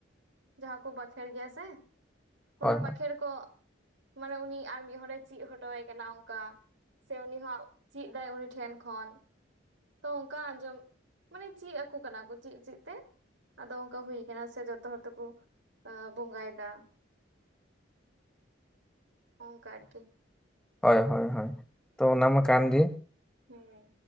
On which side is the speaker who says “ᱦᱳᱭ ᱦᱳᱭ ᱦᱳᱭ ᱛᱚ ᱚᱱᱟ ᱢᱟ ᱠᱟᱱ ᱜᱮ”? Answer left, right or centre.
Centre